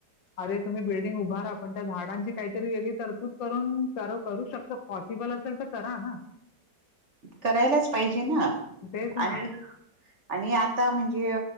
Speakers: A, on the left; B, on the right.
A: अरे तुम्ही बिल्डिंग उभारा पण त्या झाडांची काहीतरी वेगळी तरतूद करून करू शकत पॉसिबल असेल तर करा ना.
B: करायलाच पाहिजे ना.
A: तेच
B: आणि
A: ना
B: आणि आ आता म्हणजे